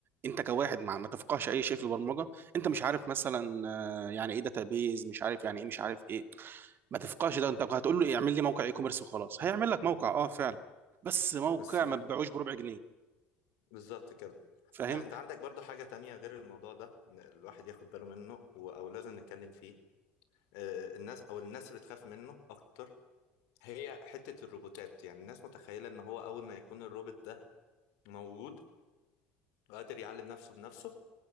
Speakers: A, on the right; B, on the left.
A: انت كواحد ما ما تفقهش اي شيء في البرمجه انت مش عارف مثلا آه، يعني ايه داتابيز مش عارف يعني ايه مش عارف ايه ما تفقهش ده انت هتقول له اعمل لي موقع اي كوميرس وخلاص هيعمل لك موقع اه فعلا بس موقع
B: بس م-
A: ما تبيعوش بربع جنيه
B: بالظبط كده
A: فاهم
B: لا انت عندك برضو حاجه تانية غير الموضوع ده إن الواحد ياخد باله منه و- او لازم نتكلم فيه آه، الناس او الناس بتخاف منه اكتر هي حتة الروبوتات يعني الناس متخيلة ان هو اول ما يكون الروبوت ده موجود وقادر يعلم نفسه بنفسه